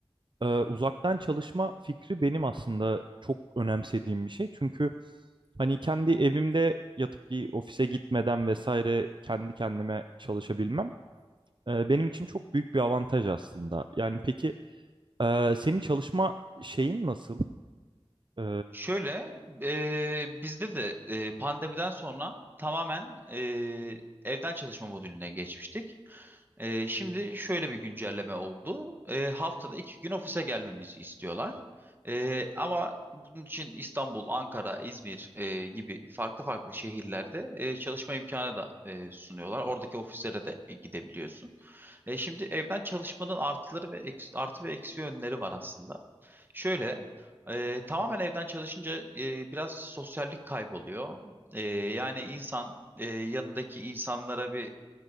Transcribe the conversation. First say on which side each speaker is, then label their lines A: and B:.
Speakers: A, on the right; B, on the right.
A: Ee, uzaktan çalışma fikri benim aslında çok önemsediğim bir şey. Çünkü hani kendi evimde yatıp bir ofise gitmeden vesaire kendi kendime çalışabilmem e, benim için çok büyük bir avantaj aslında. Yani peki e, senin çalışma şeyin nasıl? Ee,
B: Şöyle e, bizde de e, pandemiden sonra tamamen e, evden çalışma modülüne geçmiştik. Ee, şimdi şöyle bir güncelleme oldu. Ee, haftada iki gün ofise gelmemizi istiyorlar. Ee, ama bunun için İstanbul, Ankara, İzmir e, gibi farklı farklı şehirlerde e, çalışma imkanı da e, sunuyorlar. Oradaki ofislere de e, gidebiliyorsun. E, şimdi evden çalışmanın artıları ve eks- artı ve eksi yönleri var aslında. Şöyle e, tamamen evden çalışınca e, biraz sosyallik kayboluyor. E, yani insan e, yanındaki insanlara bir